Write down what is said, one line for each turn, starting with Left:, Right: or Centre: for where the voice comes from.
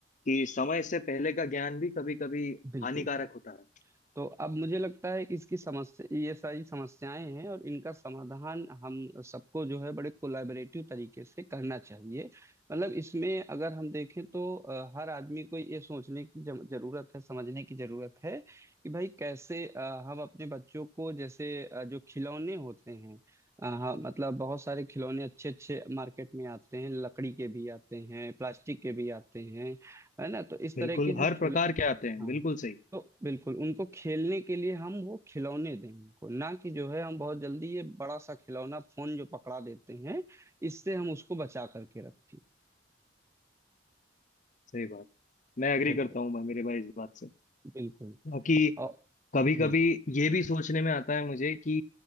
Left: कि समय से पहले का ज्ञान भी कभी कभी
Right: बिल्कुल
Left: हानिकारक होता है
Right: तो अब मुझे लगता है कि इसकी समस्या ये सारी समस्याएं हैं और इनका समाधान हम सबको जो है बड़े कोलैबोरेटिव तरीके से करना चाहिए मतलब इसमें अगर हम देखें तो अ, हर आदमी को ये सोचने की जम- जरूरत है समझने की जरूरत है कि भाई कैसे अ, हम अपने बच्चों को जैसे अ, जो खिलौने होते हैं अ, हाँ, मतलब बहुत सारे खिलौने अच्छे अच्छे मार्केट में आते हैं लकड़ी के भी आते हैं प्लास्टिक के भी आते हैं है ना तो इस
Left: बिल्कुल
Right: तरह के जो
Left: हर
Right: खिल
Left: प्रकार के आते हैं
Right: हाँ
Left: बिल्कुल सही
Right: तो बिल्कुल उनको खेलने के लिए हम वो खिलौने दें उनको ना कि जो है हम बहुत जल्दी ये बड़ा सा खिलौना फोन जो पकड़ा देते हैं इससे हम उसको बचा करके रखें
Left: सही बात मैं एग्री
Right: बिल्कुल
Left: करता हूँ भाई मेरे भाई इस बात से
Right: बिल्कुल
Left: बाकी
Right: और
Left: कभी
Right: हम्म
Left: कभी ये भी सोचने में आता है मुझे कि